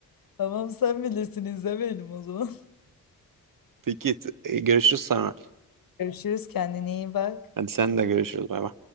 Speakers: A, on the left; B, on the right.
A: Tamam sen bilirsin izlemeyelim o zaman.
B: Peki t- e, görüşürüz sonra.
A: <laughs> Görüşürüz kendine iyi bak.
B: Hadi sen de görüşürüz bay bay.